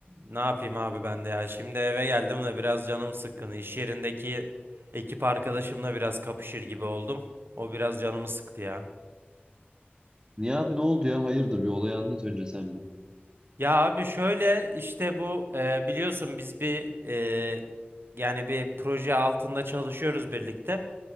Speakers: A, on the right; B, on the right.
A: Ne yapayım abi ben de ya. Şimdi eve geldim de biraz canım sıkkın. İş yerindeki ekip arkadaşımla biraz kapışır gibi oldum. O biraz canımı sıktı ya.
B: Niye abi ne oldu ya? Hayırdır bir olayı anlat önce sen bir.
A: Ya abi şöyle işte bu e, biliyorsun biz bir e, yani bir proje altında çalışıyoruz birlikte.